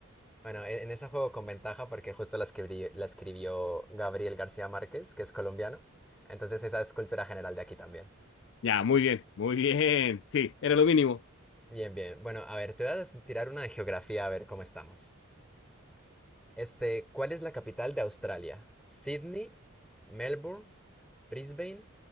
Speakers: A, in the centre; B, on the left.
A: Bueno, en, en ese juego con ventaja porque justo la escribí- la escribió Gabriel García Márquez, que es colombiano. Entonces esa es cultura general de aquí también.
B: Ya, muy bien, muy bien. Sí, era lo mínimo.
A: Bien, bien. Bueno, a ver, te voy a des- tirar una de geografía a ver cómo estamos. Este, ¿cuál es la capital de Australia? ¿Sydney, Melbourne, Brisbane